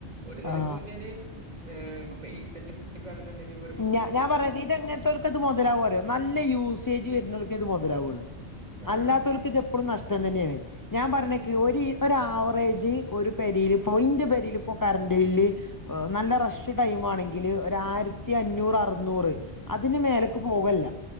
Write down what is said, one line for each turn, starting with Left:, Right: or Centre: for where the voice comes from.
Right: ഒരു നെലക്കോക്കിയാല്
Left: ആഹ്
Right: ഏഹ് ഇപ്പ പൈസക്കെ എട്ക്കാണെന്ന്ണ്ടെങ്കി
Left: ഞ ഞാൻ പറയാ ഇതെങ്ങത്തോലക്കാ ഇത് മുതലാവ അറിയോ നല്ല യൂസേജ് വര്ണോല്ക്കെ ഇത് മൊതലാവൊള്ളു
Right: ആ
Left: അല്ലാത്തോല്ക്ക് ഇതപ്പെള്ളും നഷ്ടം തന്നേണ് ഞാൻ പറ്ഞ്ഞേക്ക് ഒര് ഒരു ആവറേജ് ഒരു പെരീല്പ്പോ ഇന്റെ പെരീല്പ്പോ കരണ്ട് ബില്ല് ഓഹ് നല്ല റഷ് ടൈമാണെ ങ്കില് ഒരായിരത്തി അഞ്ഞൂറ് അറുന്നൂറ് അതിന് മേലക്ക് പോകല്ല